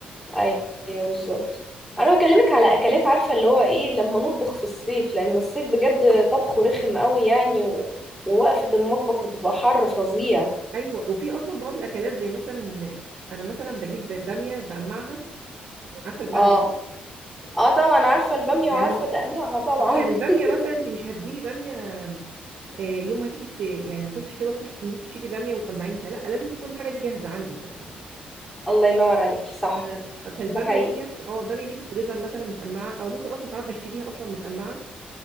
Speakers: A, in the centre; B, on the right.
A: ايوه بالظبط انا بكلمك على اكلات عارفه اللي هو ايه لما نطبخ في الصيف لان الصيف بجد طبخه رخم قوي يعني و... ووقفه المطبخ بتبقى حر فظيع
B: ايوه وفي اصلا بعض الاكلات زي مثلا انا مثلا بجيب باميه بقمعها عارفه الباميه
A: اه
B: صح
A: اه طبعا عارفه الباميه
B: يعني
A: وعارفه تقليعها طبعا
B: اه يعني الباميه
A: <laughs>
B: مثلا انت مش هتجيبي باميه آه، يوم ما هتيجي ت- يعني تصحي كده الصبح تنزلي تشتري باميه وتقمعيها لا لازم تكون الحاجه دي جاهزه عندك اصلا
A: الله ينور عليكي صح
B: ف- فالباميه
A: ده حقيقي
B: ديت اه الباميه دي في الفريزر مثلا متقمعه او ممكن اصلا ساعات بشتريها اصلا متقمعه